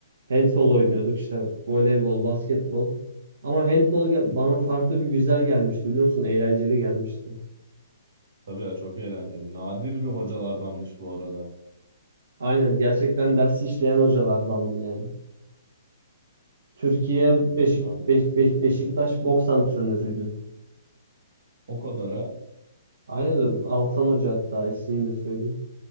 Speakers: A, on the right; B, on the right.
A: Handball oynuyorduk işte voleybol, basketbol. Ama handball ge-
B: <laughs>
A: bana farklı bir güzel gelmişti biliyor musun? Eğlenceli gelmişti.
B: Tabii ya çok eğlenceli. Nadir bir hocalardanmış bu arada.
A: Aynen gerçekten dersi işleyen hocalardandı yani. Türkiye
B: Evet
A: Beşik,
B: şu an takdir
A: Beş- Beş-
B: ettim
A: Beşiktaş
B: yani.
A: boks antrenörüydü.
B: O kadara.
A: Aynen öyle. Altan Hoca hatta ismini de söyleyeyim.